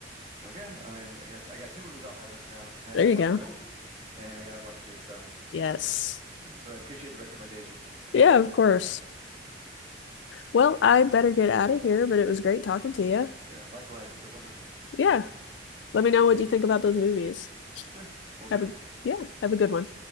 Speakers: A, on the right; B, on the left.
A: Okay. I mean, I guess I got two movies on my list now. I gotta
B: There you
A: watch
B: go.
A: Nope, and I gotta watch Jigsaw.
B: Yes.
A: <laughs> So I appreciate the recommendations.
B: Yeah, of course. Well, I better get out of here, but it was great talking to you.
A: Yeah, likewise. It was wonderful.
B: Yeah. Let me know what you think about those movies.
A: Sure, we'll
B: Have
A: do.
B: a yeah, have a good one.